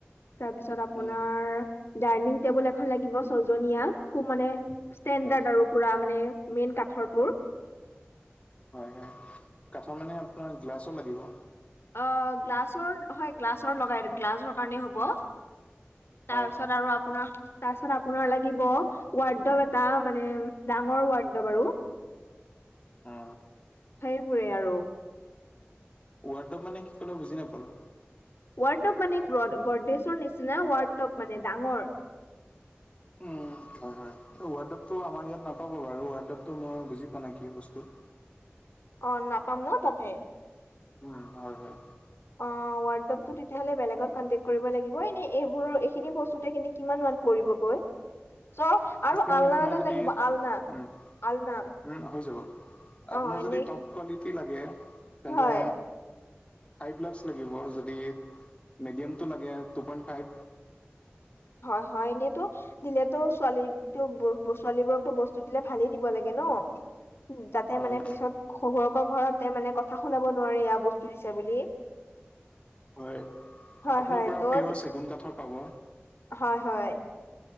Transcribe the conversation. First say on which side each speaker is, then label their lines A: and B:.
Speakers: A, on the left (about 70°); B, on the left (about 30°).
A: তাৰপিছত আপোনাৰ
B: উম
A: ডাইনিং টেবুল এখন লাগিব ছজনীয়া কু মানে ষ্টেণ্ডাৰ্ড
B: হয়
A: আৰু পুৰা মানে মেইন কাঠৰটোৰ।
B: হয় হয় কাঠৰ মানে আপোনাৰ গ্লাছৰ লাগিব।
A: অ গ্লাছৰ হয় গ্লাছৰ লগাই গ্লাছৰ কাৰণেই হ'ব।
B: হয়
A: তাপিছত
B: হয়
A: আৰু আপোনা- তাৰপিছত আপোনাৰ লাগিব ৱাৰ্ডৰ এটা মানে ডাঙৰ ৱাৰ্ডৰ বাৰু।
B: অ
A: সেইবোৰে আৰু।
B: ৱাৰ্ডৰ মানে কি ক'লে বুজি নাপালো।
A: ৱাৰ্ডপ মানে গডডেশৰ নিচিনা ৱাৰ্ডপ মানে ডাঙৰ।
B: উম, হয় হয় ৱাৰ্ডপটো আমাৰ ইয়াত নাপাব বাৰু ৱাৰ্ডপটো মই বুজি পোৱা নাই কি বস্তু।
A: অ নাপাম ন তাতে।
B: উম হয় হয়।
A: অ ৱাৰ্ডপটো তিতিয়াহলে বেলেগত কণ্টেক কৰিব লাগিব এনেই এইবোৰ এইখিনি ব‌‌স্তুতে কিমান মান পৰিবগৈ? চ আৰু
B: এইখিনি
A: আলনা
B: আপোনাৰ
A: এডাল
B: যদি
A: লাগিব আলনা
B: উম,
A: আলনা।
B: উম, হৈ যাব। আপোনাৰ
A: অ এনেই
B: যদি টপ কোৱালিটি লাগে তেন্তে
A: হয়
B: ফাইভ লাইকছ লাগিব যদি মিডিয়ামটো লাগে টু পইন্ট ফাইভ।
A: হয় -হয় এনেতো দিলেতো ছোৱালীটোক- ছোৱালীবোৰকটো বস্তু দিলে ভালেই দিব লাগে ন। উম, যাতে
B: হয়।
A: মানে পিছত শহৰকৰ ঘৰতে মানে কথা শুনাব নোৱাৰে এয়া বস্তু দিছে বুলি।
B: হয় আপোনাৰ
A: হয় হয়
B: পৰা
A: ত'
B: পিয়ৰ চেগুন কাঠৰ পাব।
A: হয় হয়।